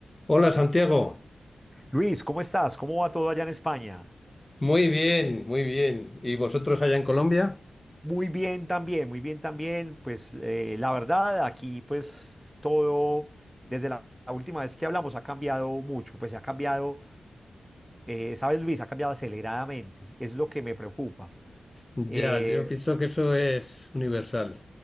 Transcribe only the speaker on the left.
Hola Santiago,
muy bien, muy bien. ¿Y vosotros allá en Colombia?
Ya,
yo pienso que eso es universal.